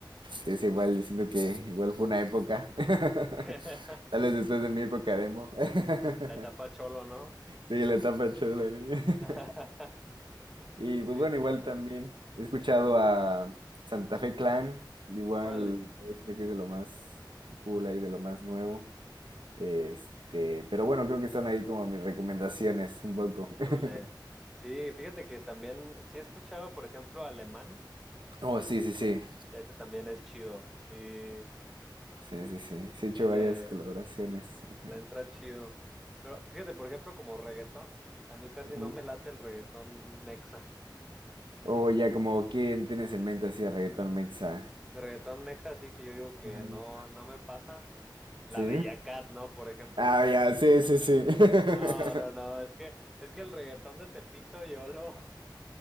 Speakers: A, on the right; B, in the centre.
A: es igual, diciendo que igual fue una época, <laughs>
B: <laughs> La
A: tal vez después de mi época demo, <laughs>
B: etapa cholo, ¿no?
A: sí, la etapa chula. <laughs>
B: <laughs>
A: Y pues
B: Sí,
A: bueno, igual
B: ajá,
A: también he escuchado
B: Cuéntame.
A: a Santa Fe Clan, igual
B: Órale,
A: parece que es de lo más cool ahí, de lo más nuevo. Este, pero bueno, creo que son ahí como mis recomendaciones un poco.
B: órale.
A: <laughs>
B: Sí, fíjate que también, sí escuchaba, por ejemplo, alemán,
A: Oh, sí, sí, sí.
B: ese también es chido. Sí,
A: Sí, sí, sí. Sí he hecho
B: Sí, le,
A: varias colaboraciones. Ajá.
B: le entra chido. Pero fíjate, por ejemplo, como reggaetón, a mí casi
A: Ujú.
B: no me late el reggaetón mexa.
A: O ya como ¿quién tienes en mente así de reggaetón mexa?
B: De reggaetón mexa, sí que yo digo que
A: Ajá.
B: no, no me pasa. La
A: ¿Sí?
B: Bella Cat, ¿no? Por ejemplo.
A: Ah, ya, sí, sí, sí.
B: No,
A: <laughs>
B: no, no, es que, es que el reggaetón de Tepito yo lo... <laughs>